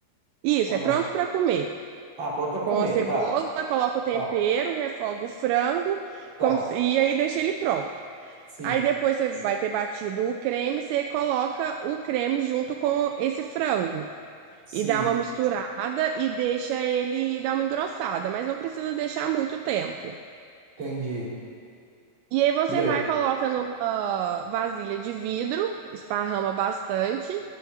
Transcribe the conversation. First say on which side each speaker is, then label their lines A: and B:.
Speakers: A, on the right; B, on the right.
A: isso,
B: Ou
A: é
B: não?
A: pronto para comer.
B: Ah, pronto pra
A: Com
B: comer,
A: a cebola,
B: tá,
A: coloca o tempero,
B: tá,
A: refoga o frango,
B: tá.
A: como se- e aí deixa ele pronto.
B: Sim,
A: Aí depois você vai ter batido o creme, você coloca o creme junto com esse frango
B: sim,
A: e dá uma misturada e deixa ele dar uma engrossada, mas não precisa deixar muito tempo.
B: entendi.
A: E aí você
B: E aí?
A: vai coloca numa vasilha de vidro, esparrama bastante